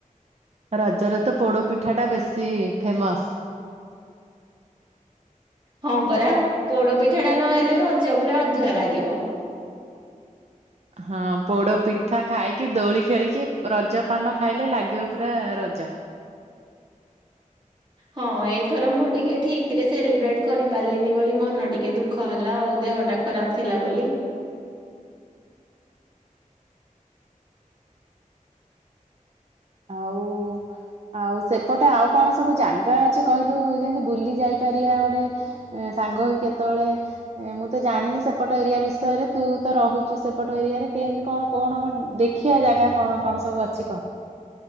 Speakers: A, on the right (about 50°); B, on the right (about 35°).
A: ରଜରେତ ପୋଡ଼ ପିଠାଟା ବେଶୀ ଫେମସ୍।
B: ହଁ ପରା ପୋଡ଼ ପିଠା ଟା ନହେଲେ ରଜ ପୁରା ଅଧୁରା ଲାଗିବ।
A: ହଁ ପୋଡ଼ ପିଠା ଖାଇକି ଦୋଳି ଖେଳିକି ରଜ ପାନ ଖାଇଲେ ଲାଗିବ ପୁରା ରଜ।
B: ହଁ ଏଇଥର ମୁଁ ଟିକେ ଠିକ୍ ରେ ସେଲିବ୍ରେଟ୍ କରିପାରିଲିନି ବୋଲି ମନ ଟିକେ ଦୁଃଖ ହେଲା ଆଉ ଦେହଟା। ଖରାପ୍ ଥିଲା ବୋଲି। <inaudible>
A: ଆଉ ଆଉ ସେପଟେ ଆଉ କଣ ସବୁ ଜାଗା ଅଛି କହିଲୁ ଯେମିତି ବୁଲି ଯାଇପାରିବା ଗୋଟେ ଏଁ ସାଙ୍ଗ ହେଇ କେତବେଳେ ମୁଁ ତ ଜାଣିନି ସେପଟ ଏରିଆ ବିଷୟରେ ତୁ ତ ରହୁଛୁ ସେପଟ ଏରିଆରେ କେମତି କଣ କଣ କଣ। ଦେଖିବା ଜାଗା କଣ କଣ ସବୁ ଅଛି କହ।